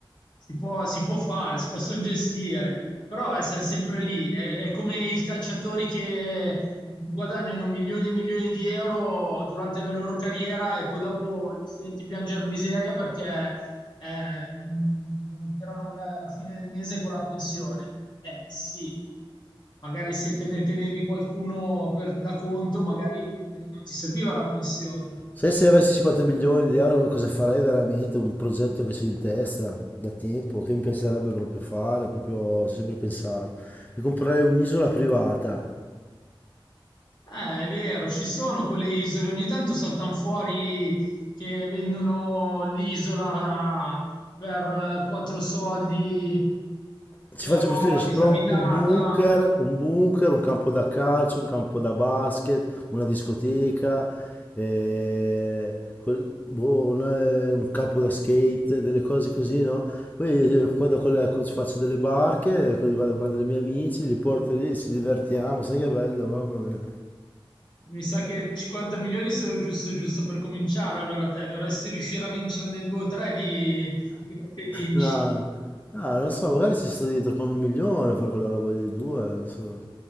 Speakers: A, on the left; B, on the left.
A: si può- si può fare, si possono gestire, però eh, siamo sempre lì. È, è come i calciatori che guadagnano milioni e milioni di euro durante la loro carriera e poi dopo li senti piangere miseria perché eh, non, non tirano la, la fine del mese con la pensione. Eh sì, magari se te ne tenevi qualcuno per- da conto, magari non ti serviva la pensione.
B: Se se avessi 50 milioni di euro cosa farei veramente? Un progetto che c'è in testa da tempo, che mi piacerebbe proprio fare, proprio ci ho sempre pensato. Mi comprerei un'isola privata
A: Eh, è vero, ci sono quelle isole, ogni tanto saltano fuori che vendono l'isola per eh, quattro soldi,
B: Ci
A: però
B: faccio costruire sopra
A: disabitata.
B: un, un bunker, un bunker, un campo da calcio, un campo da basket, una discoteca, eh, quel- boh, una- eh, un campo da skate, delle cose così, no? Poi eh, vado con la- ci faccio delle barche, eh, poi vado a prendere i miei amici, li porto lì, ci divertiamo, sai che bello, mamma mia.
A: Mi sa che 50 milioni sono giusto, giusto per cominciare. Allora, te dovresti riuscire a vincere nei due o tre di, di Gratta e vinci.
B: No, no, non so, magari ci sto dentro con un milione a fare quella roba lì, due, non so.